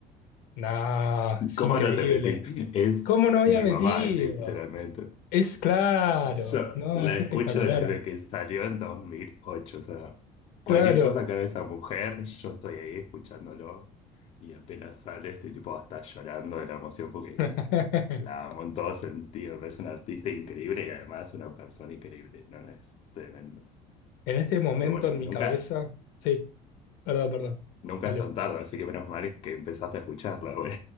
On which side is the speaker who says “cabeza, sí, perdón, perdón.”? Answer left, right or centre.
Left